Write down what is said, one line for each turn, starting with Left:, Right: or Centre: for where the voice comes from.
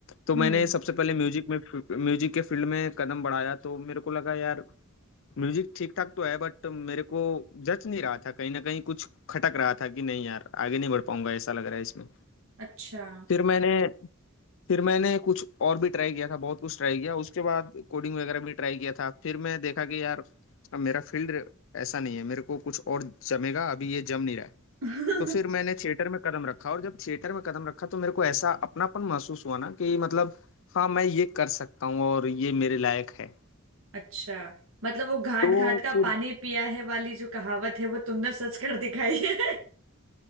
Left: तो
Right: हम्म
Left: मैंने सबसे पहले म्यूजिक में म्यूजिक के फील्ड में कदम बढ़ाया तो मेरे को लगा यार म्यूजिक ठीक ठाक तो है बट मेरे को जच नहीं रहा था कहीं ना कहीं कुछ खटक रहा था कि नहीं यार आगे नहीं बढ़ पाऊंगा ऐसा लग रहा है इसमें
Right: अच्छा
Left: फिर मैंने फिर मैंने कुछ और भी ट्राई किया था बहुत कुछ ट्राई किया उसके बाद कोडिंग वगैरह भी ट्राई किया था फिर मैं देखा कि यार अब मेरा फील्ड ऐसा नहीं है मेरे को कुछ और जमेगा अभी ये जम नहीं रहा है
Right: <laughs>
Left: तो फिर मैंने थिएटर में कदम रखा और जब थिएटर में कदम रखा तो मेरे को ऐसा अपनापन महसूस हुआ ना कि मतलब हाँ मैं ये कर सकता हूँ और ये मेरे लायक है
Right: अच्छा मतलब वो घाट
Left: तो
Right: घाट का
Left: फिर
Right: पानी पिया है वाली जो कहावत है वो तुमने सच कर दिखाई है <laughs>